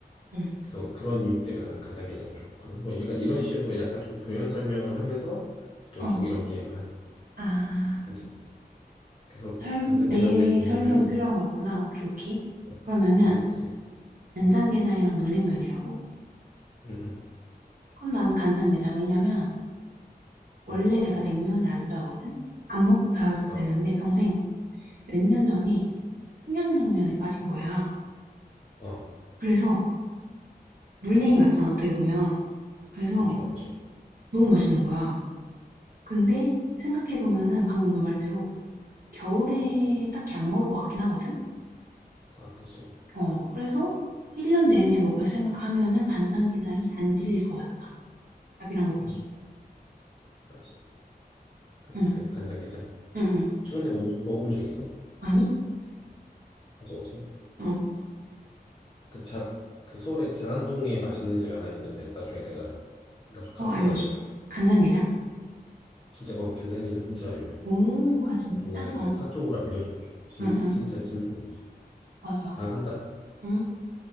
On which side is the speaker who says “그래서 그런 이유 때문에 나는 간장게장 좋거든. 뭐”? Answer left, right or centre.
Left